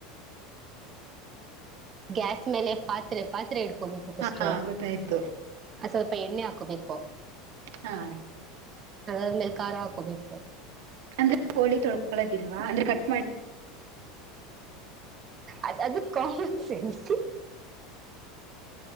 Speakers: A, on the right; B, on the right.
A: ಗ್ಯಾಸ್ ಮೇಲೆ ಪಾತ್ರೆ ಪಾತ್ರೆ ಇಡ್ಕೋಬೇಕು ಫಸ್ಟೂ.
B: ಹಾ ಗೊತ್ತಾಯ್ತು
A: ಅ ಸ್ವಲ್ಪ ಎಣ್ಣೆ ಹಾಕೋಬೇಕು.
B: ಹಾ
A: ಅದಾದ್ಮೇಲ ಖಾರ ಹಾಕೋಬೇಕು.
B: ಅಂದ್ರೆ ಕೋಳಿ ತೊಳ್ಕೊಳ್ಳೋದಿಲ್ವಾ ಅಂದ್ರೆ ಕಟ್ಟ
A: ಅದ ಅದು ಕಾಮನ್ ಸೆನ್ಸ್